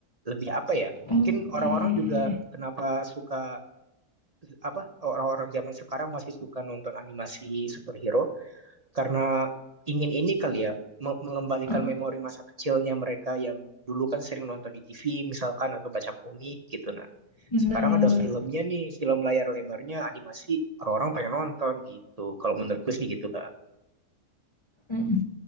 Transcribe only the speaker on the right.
lebih apa ya?
Mungkin orang-orang
juga kenapa suka apa orang-orang zaman sekarang masih suka nonton animasi superhero karena ingin ini kali ya me- mengembalikan
memori masa kecilnya mereka yang dulu kan sering nonton di TV misalkan atau baca komik gitu nah
sekarang ada filmnya nih film layar lebarnya animasi orang-orang pengen nonton gitu kalau menurut gue sih gitu kak